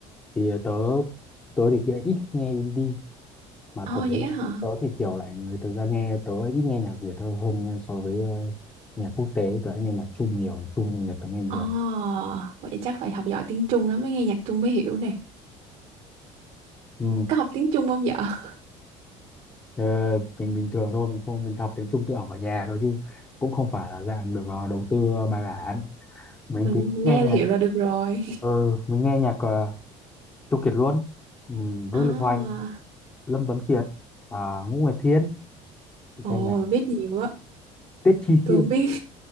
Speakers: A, on the left; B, on the right.
A: thì tớ, tớ thì kia ít khi nghe indie, mà
B: Ồ
A: tớ,
B: vậy á hả?
A: tớ thì kiểu lại người thực ra nghe, tớ ít nghe nhạc Việt hơn, hơn nha, so với ờ, nhạc quốc tế, tớ lại nghe nhạc Trung nhiều, nhạc Trung nhưng Nhật tớ nghe nhiều.
B: Ồ vậy chắc phải học giỏi tiếng Trung lắm mới nghe nhạc Trung mới hiểu nè.
A: Ừ,
B: Có học tiếng Trung không vợ? <laughs>
A: ờ, mình bình thường thôi, mình không, mình học tiếng Trung tự học ở nhà thôi chứ cũng không phải là dạng được ờ, đầu tư ờ, bài bản. Mình
B: Mình
A: thì nghe
B: nghe
A: nhạc,
B: là hiểu là được rồi. <laughs>
A: ừ, mình nghe nhạc ờ, Châu Kiệt Luân, ừ, Vương
B: À,
A: Lực Hoành, Lâm Tuấn Kiệt, à, Ngũ Nguyệt Thiên, để
B: ồ
A: xem nào,
B: biết nhiều á.
A: Tiết Chi
B: Tôi
A: Khiêm.
B: không biết